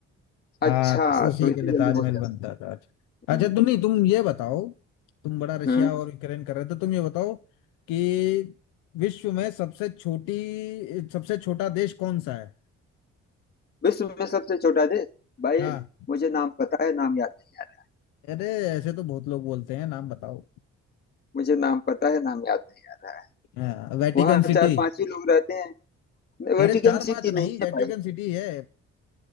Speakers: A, on the left; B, on the left.
A: हाँ
B: अच्छा
A: तो उसी
B: तो
A: के
B: इतनी
A: लिए
B: जल्दी
A: ताजमहल
B: बोल जाओ
A: बनता था अच्छा
B: हम्म
A: अच्छा तुम नहीं तुम ये बताओ तुम बड़ा रशिया
B: हम्म
A: और यूक्रेन कर रहे थे तुम ये बताओ कि विश्व में सबसे छोटी सबसे छोटा देश कौन सा है
B: विश्व में सबसे छोटा देश भाई
A: हाँ
B: मुझे नाम पता है नाम याद नहीं
A: अरे ऐसे तो बहुत लोग बोलते हैं नाम बताओ
B: मुझे नाम पता है नाम याद नहीं आ रहा है
A: हाँ वेटिकन
B: वहाँ
A: सिटी
B: चार पांच ही लोग रहते हैं वेटिकन
A: अरे चार पांच
B: सिटी
A: नहीं
B: नहीं है
A: वेटिकन
B: भाई
A: सिटी है